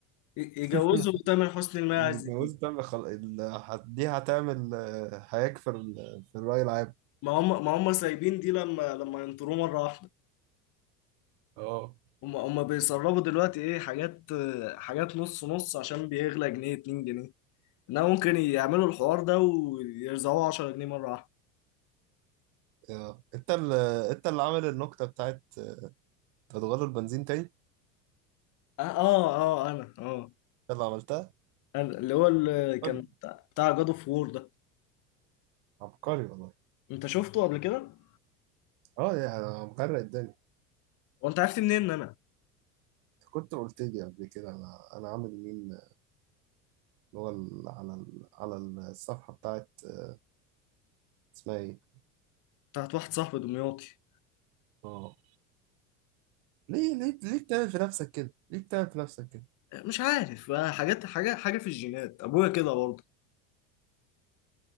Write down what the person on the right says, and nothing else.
<laughs>
الجواز
ده بخل... ال... هت- دي هتعمل آه، هيك في ال... في الرأي العام
اه
آه. انت اللي انت اللي عامل النكتة بتاعت انت هتغير البنزين تاني انت
اللي عملتها
عبقري
عبقري والله
اه يعني انا مغرق الدنيا
انت كنت قلت لي قبل كده انا انا عامل مين اللي هو ال- على ال... على الصفحة بتاعت آه، اسمها ايه
اه ليه ليه ليه بتعمل في نفسك كده ليه بتعمل في نفسك كده